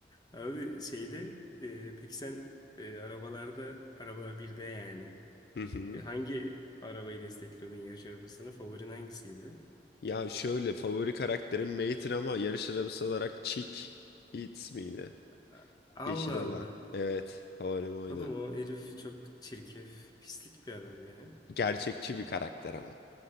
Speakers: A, on the left; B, on the left.
A: Abi şeyde e, peki sen e, arabalarda arabalar birde yani
B: Hı hı.
A: E, hangi arabayı destekliyordun yarış arabasını? Favorin hangisiydi?
B: Ya şöyle favori karakterim Mater ama yarış arabası olarak Chick Hits miydi?
A: A- Allah
B: Yeşil olan.
A: Allah.
B: Evet favorim oydu.
A: Oğlum o herif çok çirkef, pislik bir adam ya.
B: Gerçekçi bir karakter ama.